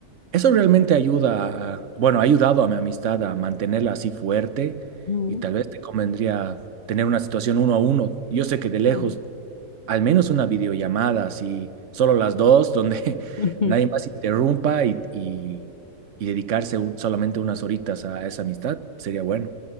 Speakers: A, on the right (about 55°); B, on the left (about 75°).
A: Eso realmente ayuda a, bueno, ha ayudado a mi amistad a mantenerla así fuerte
B: ujú,
A: y tal vez te convendría tener una situación uno a uno. Yo sé que de lejos
B: ujú,
A: al menos una videollamada, así, solo las dos, donde <laughs>
B: ujú, ujú,
A: nadie más interrumpa y, y- y dedicarse un- solamente unas horitas a esa amistad, sería bueno.